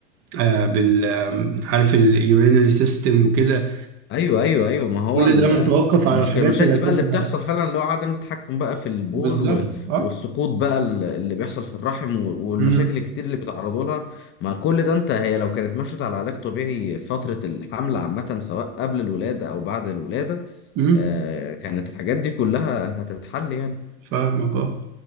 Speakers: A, on the right (about 45°); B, on the left (about 35°).
A: آه، بال آم، عارف اليورينري سيستم وكده
B: ايوه ايوه ايوه ما هو
A: كل
B: ال-
A: ده متوقف على
B: المشكله
A: الحاجات
B: المشاكل
A: اللي هتبقى
B: بقى اللي بتحصل فعلا اللي هو عدم التحكم بقى في البول
A: بالظبط
B: و-
A: اه
B: والسقوط بقى ال- اللي بيحصل في الرحم و- والمشاكل
A: امم
B: الكتير اللي بيتعرضوا لها مع كل ده انت هي لو كانت مشت على علاج طبيعي فتره الحمل عامه سواء قبل الولاده او بعد الولاده
A: امم
B: آه كانت الحاجات دي كلها هتتحل يعني
A: فاهمك اه